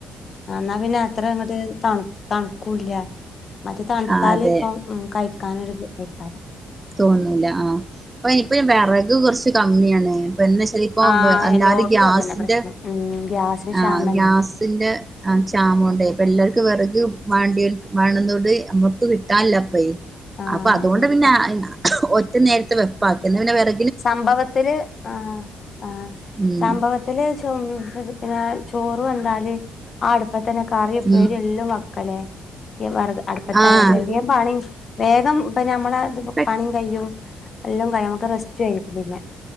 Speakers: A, on the left; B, on the right.
A: ആഹ് ഇന്നാ പിന്നെ അത്രങ്ങട്ട് തണു തണുക്കൂല്ല. മറ്റത് തണ്ത്താല്
B: ആഹ് അതെ
A: പ്പം ഉം കയിക്കാനൊരിത് ഇതേക്കാരം.
B: തോന്നൂല്ല ആഹ്. ഇപ്പയ് ഇപ്പയ് വെറക് കൊർച്ച് കമ്മ്യാണ്. ഇപ്പ ന്ന് തല്ലിപ്പോം
A: ആ
B: അല്ലാതെ
A: എല്ലോടത്തും
B: ഗ്യാസിന്റെ
A: അതന്നെ പ്രശ്നം ഉം ഗ്യാസിന്
B: ആഹ്
A: ക്ഷാമല്ലേ
B: ഗ്യാസിന്റെ ആഹ് ക്ഷാമോണ്ടേ ഇപ്പെല്ലാര്ക്കും വെറക് വാണ്ട്യോൽക് വേണംന്നോണ്ട് നമ്മക്ക് കിട്ടാല്ലപ്പേയ്.
A: ആഹ്
B: അപ്പ അതുകൊണ്ട് പിന്നെ ഞ ഒറ്റ നേരത്തെ വെപ്പാക്കിന്നാ പിന്നെ വെറ
A: സംഭവത്തില് ആഹ് ആഹ്
B: ഉം
A: സംഭവ ത്തില് ചൊം പിന്ന ചോറ് വെന്താല് ആ അടുപ്പത്തന്നെ കറി ഉപ്പേരി
B: ഉം
A: എല്ലും വെക്കലെ. യി വെറക് അടുപ്പത്തായാല്
B: ആഹ്
A: വേം വേം പണിം വേഗം ഇപ്പ ഞമ്മളെ ഇത്പ്പൊ
B: പെ
A: പണിം കയ്യും. എല്ലും കയ്യും. ഞമ്മക്ക് റെസ്റ്റുആയിക്കും പിന്നെ.